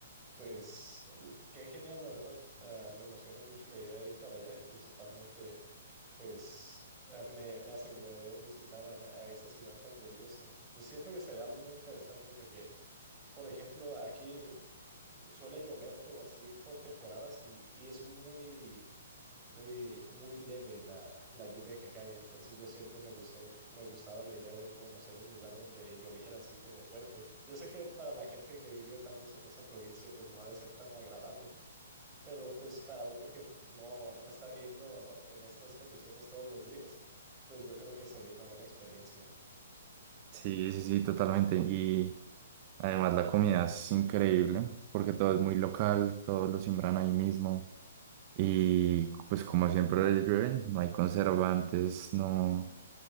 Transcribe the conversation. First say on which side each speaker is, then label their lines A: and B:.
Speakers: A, on the right; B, on the right.
A: Pues, qué genial, la verdad. Ah, me emociona mucho la idea de ir para allá y principalmente pues eh, me, me aseguraré de visitar a, a esa ciudad tan lluviosa. Siento que sería algo muy interesante porque, por ejemplo, aquí eh, suele llover, pero así por temporadas y, y es muy, muy, muy leve la, la lluvia que cae. Entonces yo siempre me gustó, me gustaba la idea de conocer un lugar donde lloviera así como fuerte. Yo sé que para la gente que vive tal vez en esa provincia, pues no ha de ser tan agradable pero pues para uno que no, no está viendo en estas condiciones todos los días, pues yo creo que sería una buena experiencia.
B: Sí, sí, sí, totalmente. Y además la comida es increíble porque todo es muy local, todos lo siembran ahí mismo. Y pues como siempre le llueven, no hay conservantes, no,